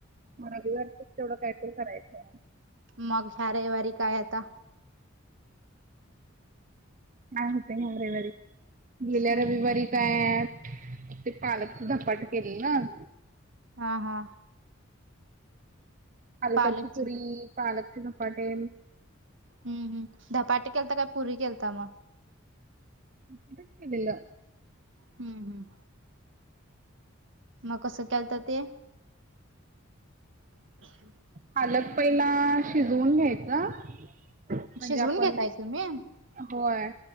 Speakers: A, on the right; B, on the right.
A: मग रविवारचं तेवढ कायतर करायचं.
B: मग ह्या रविवारी काय आता?
A: काय होतंय या रविवारी गेल्या
B: हम्म.
A: रविवारी- त्या ते पालकच धपाटं केलेलं.
B: हा हा
A: पालकाची
B: पालकच
A: पुरी, पालकचे धपाटे,
B: हूं हू धपाटे केलता काय पुरी केलता मग?
A: पुरी च केलेलीं,
B: हम्म हम् मग कसं केलता ते? <unintelligible>
A: पालक पहिला शिजवून घ्यायचं. म्हणजे
B: शिजवून
A: आपण
B: घेताय तुम्ही हम्म
A: होय